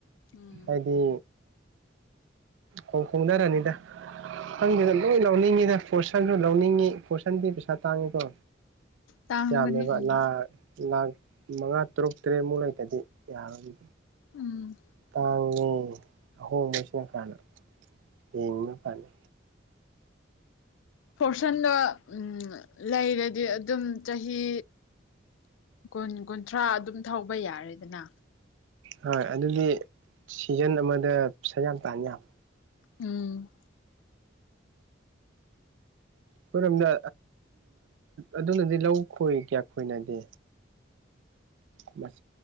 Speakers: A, on the left (about 85°); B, on the right (about 80°).
A: ꯎꯝ
B: ꯍꯥꯏꯗꯤ ꯈꯣꯡ ꯈꯣꯡꯅꯔꯅꯤꯗ ꯈꯪꯗꯦꯗ
A: ꯎꯝ
B: ꯂꯣꯏ ꯂꯧꯎꯅꯤꯡꯉꯤꯗ꯫ ꯐꯣꯔꯁꯟꯁꯨ ꯂꯧꯅꯤꯡꯉꯤ ꯐꯣꯔꯁꯟꯗꯤ ꯄꯩꯁꯥ ꯇꯥꯡꯉꯤꯗꯣ
A: ꯇꯥꯡꯕꯅꯤ
B: ꯌꯥꯝꯃꯦꯕ
A: ꯎꯝ
B: ꯂꯥꯛ ꯂꯥꯛ ꯃꯉꯥ ꯇꯔꯨꯛ ꯇꯔꯦꯠꯃꯨꯛ ꯂꯩꯇꯗꯤ ꯌꯥꯔꯣꯏꯗꯤ
A: ꯎꯝ
B: ꯇꯥꯡ ꯑꯍꯣꯡꯕꯁꯤꯅ ꯍꯥꯟꯅ ꯌꯦꯡꯕꯅ ꯐꯅꯤ
A: ꯐꯣꯔꯁꯟꯗꯣ ꯎꯝ ꯂꯩꯔꯗꯤ ꯑꯗꯨꯝ ꯆꯍꯤ ꯀꯨꯟ ꯀꯨꯟꯊ꯭ꯔꯥ ꯑꯗꯨꯝ ꯊꯧꯕ ꯌꯥꯔꯦꯗꯅ
B: ꯍꯣꯏ ꯑꯗꯨꯗꯤ ꯁꯤꯖꯟ ꯑꯃꯗ ꯄꯩꯁꯥ ꯌꯥꯝ ꯇꯥꯟ ꯌꯥꯝ
A: ꯎꯝ
B: ꯑꯩꯈꯣꯏꯔꯣꯝꯗ ꯑꯗꯨꯅꯗꯤ ꯂꯧ ꯈꯣꯏ ꯀꯌꯥ ꯈꯣꯏꯅꯗꯦ꯫ <unintelligible>